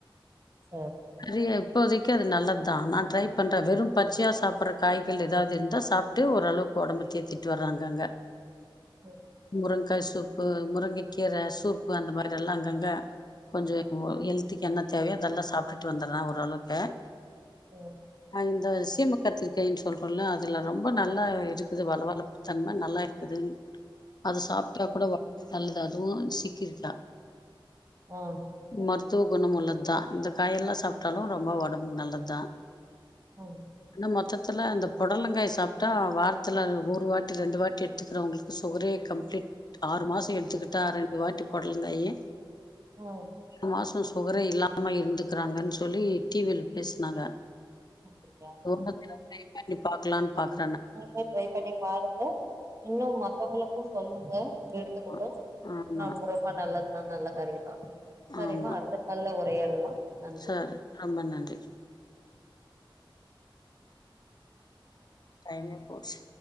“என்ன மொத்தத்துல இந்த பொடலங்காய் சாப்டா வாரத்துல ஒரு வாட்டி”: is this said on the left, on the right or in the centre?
Left